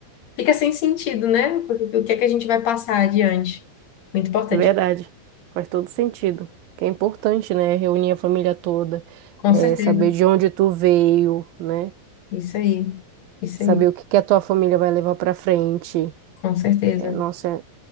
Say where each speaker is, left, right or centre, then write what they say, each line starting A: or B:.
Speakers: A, on the left; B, on the right.
A: fica sem sentido, né? O que é que a gente vai passar adiante? Muito importante.
B: É verdade. Faz todo sentido. Que é importante, né? Reunir a família toda.
A: Com
B: É,
A: certeza.
B: saber de onde tu veio, né?
A: Isso aí. Isso aí.
B: Saber o que que a tua família vai levar pra frente.
A: Com certeza.
B: É, nossa, é